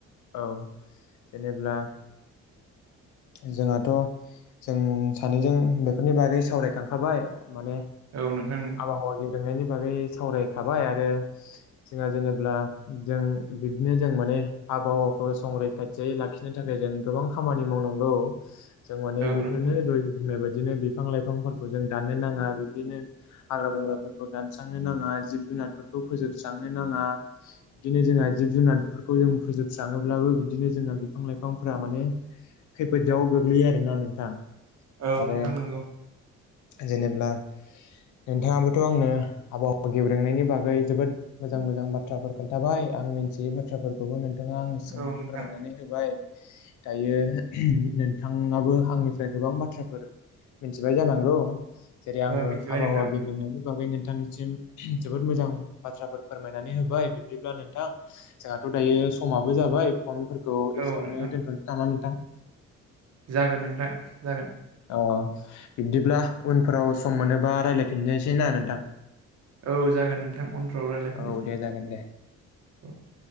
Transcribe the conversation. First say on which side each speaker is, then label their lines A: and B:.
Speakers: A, on the left; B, on the right.
A: औ जेनेब्ला जोंहाथ' जों सानैजों बेफोरनि बागै सावरायखांखाबाय माने
B: औ नोंथां नों
A: आबहावा सोंनायनि बागै सावरायखाबाय आरो जोंहा जेनेब्ला जों बिबदिनो जों माने आबहावाखौ संरैखाथियै लाखिनो थाखाय जों गोबां खामानि मावनां औ जों माने
B: औ
A: बेफोरनो
B: नोंथां
A: दहाय बुंनाय बाद बिदिनो बिफां लाइफांफोरखौ जों दाननो नाङा बिबदिनो हाग्रा बंग्राफोरखौ दानस्रांनो नाङा जिब जुनार जुनारफोरखौ फोजोबस्रांनो नाङा। बिदिनो जोंहा जिब जुनारफोरखौ जों फोजोबस्राङोब्लाबो बिदिनो जोंहा बिफां लाइफांफोरा माने खैफोद जाव गोग्लैयो आरोना नोंथां।
B: औ
A: आरो
B: नोंथां नंगौ।
A: जेनेब्ला नोंथाङाबोथ' आंनो आबहावा गेब्रेंनायनि बागै जोबोद मोजां मोजां बाथ्राफोर खोन्थाबाय, दा आं मोनथियै बाथ्राफोरखौबो नोंथाङा आंनिसिम
B: औ नोंथां
A: फोरमायनानै होबाय। दायो नोंथाङाबो आंनिफ्राय गोबां बाथ्राफोर मिथिबाय जानांगौ। जेरै आंबो
B: औ मिथिबाय
A: आबहावा
B: नोंथां
A: गेब्रेंनायनि बागै नोंथांनिसिम जोबोद मोजां बाथ्राफोर फोरमायनानै होबाय बिब्दिब्ला नोंथां जोंहाथ' दायो समाबो जाबाय फनफोरखौ
B: औ
A: एसेयावनो
B: नोंथां
A: दोनथ'नोसै नामा नोंथां।
B: जागोन नोंथां जागोन।
A: अ बिब्दिब्ला उनफोराव सम मोनोबा रायलायफिननोसै ना नोंथां।
B: औ जागोन नोंथां उनफ्राव रायलायफिननोसै
A: औ दे जागोन दे
B: औ